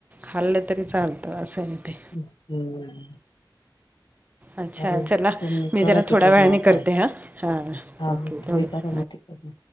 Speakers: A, on the right (about 20°); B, on the left (about 70°).
A: खाल्लं तरी चालतं असं आहे ते.
B: हम्म.
A: अच्छा
B: चालेल
A: चला
B: तुम्ही
A: मी
B: करा
A: जरा
B: तिकडनं
A: थोड्या वेळाने
B: आता
A: करते हां हां
B: हा
A: ओके
B: तुम्ही.
A: थोडं
B: करामती कर.